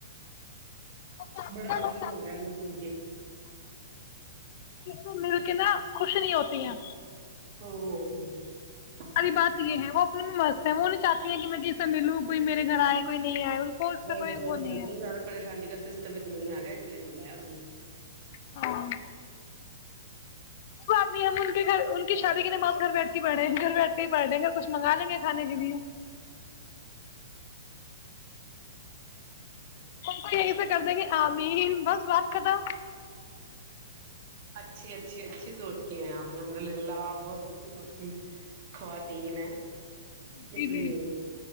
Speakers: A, on the left; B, on the right.
A: اور ساتھ
B: بڑا
A: میں لوگ
B: عجیب لگ رہا ہے ا سن کے
A: ک سے مل کے نا خوش نہیں ہوتی ہیں
B: او <unintelligible>
A: اری بات یہ ہے وہ اپنے میں مست ہے وہ نہیں چاہتی ہیں کہ میں کسے ملوں کوئی میرے گھر آئے کوئی نہیں آئے کو اس
B: بس
A: سے کوئی
B: بس
A: وہ نہیں
B: بس
A: ہے
B: زیادہ پریشانی کا سسٹم بھی سج میں آ گیا س لیے نے بلایا انوں نے
A: ہاں <unintelligible> کوئی بات نہیں ہم ان کے گھر ان کی شادی کے نمس گھر بیٹھ کے پڑھے ہیں گھر بیٹھ پڑھیں گے کھنگا لیں گے کھانے کی لی تو یہی سے کر دیں گے آمی ہی بس بپ ک تو <unintelligible>
B: اچھی اچھی اچھی سوچ کی ہیں آپ الحمد للہ آپ بہت اچھی سوچ کی خواتین ہیں
A: جی
B: اس لیے
A: جی